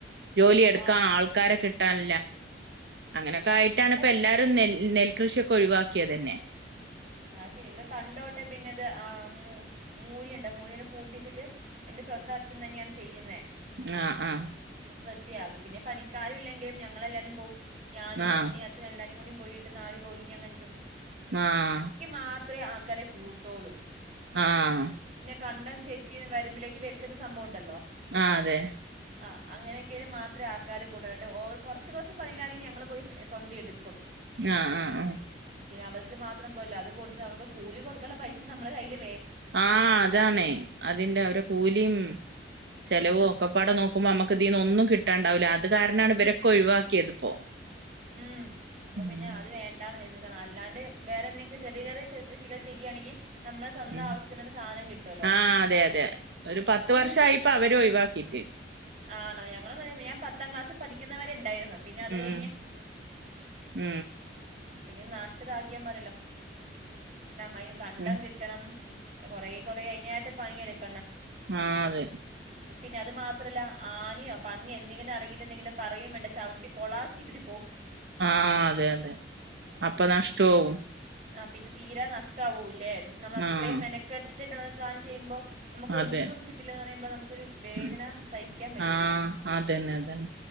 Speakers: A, on the right; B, on the right.
A: ജോലി എടുക്കാ
B: ആ
A: ആൾക്കാരെ
B: ഇ-
A: കിട്ടാൻ അങ്ങനൊക്കെ ആയിട്ടാണ്
B: ഇവിടെ
A: ഇപ്പ എല്ലാരും നെ നെൽകൃഷിയൊക്കെ ഒഴിവാക്കിയത് തന്നെ
B: ആഹ ശരി ഇവിടെ പണ്ടോട്ടെ പിന്നെ ഇത് ആ മ മൂരിയുണ്ട് മൂരിയോണ്ട് പൂട്ടിച്ചിട്ട് എന്റെ സ്വന്തം അച്ഛൻ തന്നെയാണ് ചെയ്യുന്നേ
A: ആഹ ആഹ
B: കൃയാകും പിന്നെ പണിക്കും ഇല്ലെങ്കില ഞങ്ങളെല്ലാരും പോകും ഞാനും
A: ആഹ്
B: അമ്മി അച്ഛും എല്ലാരും കൂടി- പോയിട്ട് നാല് പോയിനി അങ്ങട്ടും.
A: ആഹ്
B: മാത്രേ ആക്കാരെ കൂട്ടോളൂ.
A: ആഹ്
B: കണ്ടം ചെത്തി വരമ്പിലേക്ക് വെക്കുന്ന സംഭവം ണ്ടല്ലോ.
A: ആ അതെ.
B: ആ അങ്ങനെയൊക്കെങ്ങി മാത്രേ ആൾക്കാര് കൂടണ്ടു ഓ കൊറച്ച് കൊറച്ച് പണിയാണെങ്കിൽ ഞങ്ങൾ പോയി സ്വന്തം എടുക്കും.
A: ആ ആ ആ
B: ഉം, പിന്നെ അവർക്ക് മാത്രം പോരല്ലോ അത് കൊടുത്ത് അവർക്ക് കൂലി കൊടുക്കാനുള്ള പൈസ നമ്മുടെ കയ്യി-
A: ആ അതാണേ അതിന്റെ അവരെ കൂലീം ചെലവോ
B: അക്കൂ
A: ഒക്കെപ്പാടെ നോക്കുമ്പോ ഞമ്മക്ക്- ഇതിന്ന് ഒന്നും കിട്ടാണ്ടാവൂല്ല അത് കാരണാണ് ഇവരൊക്കെ ഒഴിവാക്കിയത് ഇപ്പോ
B: ഉം അപ്പൊ
A: ഉം
B: പിന്നെ അത് വേണ്ടാന്ന് വെച്ചു അല്ലാണ്ട് വേറെ എന്തെങ്കിലും ചെറിയ ചെറിയ കൃഷികൾ ചെയ്യാണെങ്കി നമ്മളെ സ്വന്തം
A: ഉം
B: ആവശ്യത്തിനുള്ള സാധനം കിട്ടോല്ലോ
A: ആഹ് അതെ അതെ ഒരു പത്ത്
B: ഇഞ്ചി-
A: വർഷായിപ്പ അവര് ഒഴിവാക്കീട്ട്
B: ആണോ ഞങ്ങൾ ഞാൻ പത്താം ക്ലാസ്സിൽ പഠിക്കുന്നവരെ ണ്ടായിരുന്നു പിന്നെ അത്
A: ഉം
B: കഴിഞ്ഞ്
A: ഉം
B: <unintelligible> കിണം അതിന് കണ്ടം
A: ഉം
B: കിട്ടണം കൊറേ കൊറെ അയ്നായിട്ട് പണിയെടുക്ക.
A: ആ അതെ.
B: പിന്നെ അതു മാത്രല്ല ആനയോ പന്നിയോ എന്തെങ്കിലും എറങ്ങിയിട്ട്ണ്ടെങ്കിൽ പറയും വേണ്ട ചവിട്ടി കൊളാക്കിയിട്ടി-
A: ആ അതെ അതെ
B: ഉം
A: അപ്പ
B: ഉം
A: നഷ്ടാവും.
B: ആ പിന്നെ തീരെ നഷ്ടാവുല്ലേ നമ്മൾ അത്രേം
A: ആഹ്
B: മെനക്കെട്ടിട്ട് കാര്യം ചെയ്യുമ്പോ- നമുക്ക്
A: അതെ
B: ഒന്നും കിട്ടില്ലെന്നറിയുമ്പോ നമുക്ക്- അതൊരു വേദന
A: ഉം
B: സയിക്കാൻ പറ്റൂല.
A: ആഹ് അതന്നെ അതന്നെ